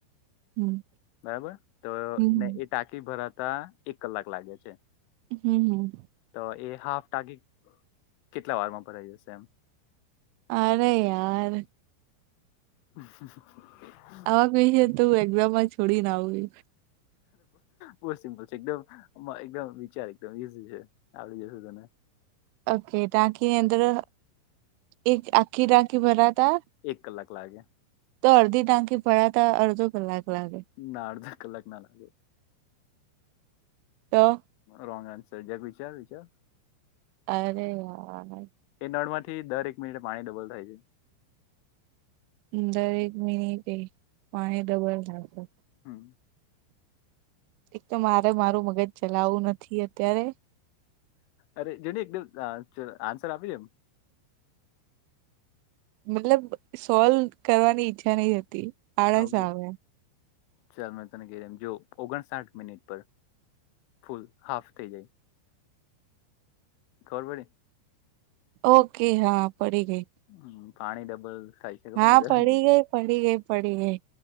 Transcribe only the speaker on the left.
બરાબર, તો
ને એ ટાંકી ભરાતા એક કલાક લાગે છે.
તો એ હાફ ટાકી કેટલા વારમાં ભરાઈ જશે એમ?
<unintelligible>
બહુ સિમ્પલ છે. એકમ એકદમ વિચાર એકમ ઈઝી છે. આવડી જશું તને.
એક કલાક લાગે.
ના અડધા કલાક ના લાગે.
રોંગ આન્સર જ વિચાર વિચાર.
એ નળમાંથી દર એક મિનિટે પાણી ડબલ થાય છે.
હમ.
અરે જેને એકદમ આન્સર આપી દે એમ.
આવ
ચાલ મે તને કહેવું જો ઓગણસાઠ મિનિટ પર. ફુલ હાફ થઈ જાય. ખબર પડી.
હમ પાણી ડબલ થાય. છે ખબર
ને દર
મિનિટે